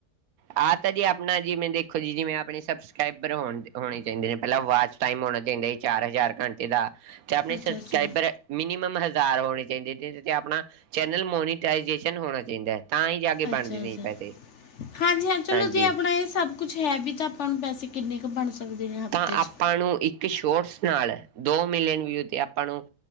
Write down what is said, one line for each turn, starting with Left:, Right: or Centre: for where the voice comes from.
Right: ਆਹ ਤਾਂ ਜੀ ਆਪਣਾ ਜਿਵੇਂ ਦੇਖੋ ਜੀ ਜਿਵੇਂ ਆਪਣੇ ਸਬਸਕ੍ਰਾਈਬਰ ਹੋ ਹੋਣੇ ਚਾਹੀਦੇ ਨੇ ਪੈਲਾਂ ਵਾਚ ਟਾਈਮ ਹੋਣਾ ਚਾਈਦਾ ਜੀ ਚਾਰ ਹਜ਼ਾਰ ਘੰਟੇ ਦਾ ਤੇ ਆਪਣੇ
Left: ਅੱਛਾ
Right: ਸਬਸਕ੍ਰਾਇਬਰ
Left: ਅੱਛਾ
Right: ਮਿਨੀਮਮ ਹਜ਼ਾਰ ਹੋਣੇ ਚਾਈਦੇ ਜਿਦੇ ਚ ਆਪਣਾ ਚੈਨਲ ਮੋਨੀੇ ਟਾਇਜੇਸ਼ਨ ਹੋਣਾ ਚਾਈਦਾ ਤਾਂ ਈ ਜਾਕੇ
Left: ਅੱਛਾ
Right: ਬਣਦੇ ਨੇ
Left: ਅੱਛਾ
Right: ਪੈਸੇ।
Left: ਹਾਂਜੀ ਹਾਂ ਚਲੋ
Right: ਹਾਂਜੀ
Left: ਜੇ ਆਪਣਾ ਏ ਸਭ ਕੁਛ ਹੈ ਵੀ ਤਾਂ ਆਪਾਂ ਨੂੰ ਪੈਸੇ ਕਿੰਨੇ ਕੁ ਬਣ ਸਕਦੇ ਹਫ਼ਤੇ
Right: ਤਾਂ
Left: 'ਚ
Right: ਆਪਾਂ ਨੂੰ ਇੱਕ ਸ਼ੋਰਸ ਨਾਲ ਐ ਦੋ ਮਿਲੀਅਨ ਵਿਊ ਤੇ ਆਪਾਂ ਨੂੰ